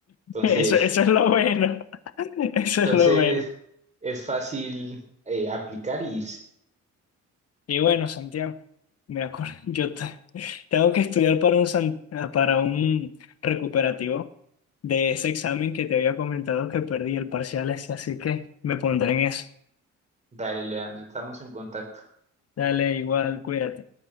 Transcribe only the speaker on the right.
Entonces,
entonces
es fácil eh, aplicar y irse.
Dale, Leandro, estamos en contacto.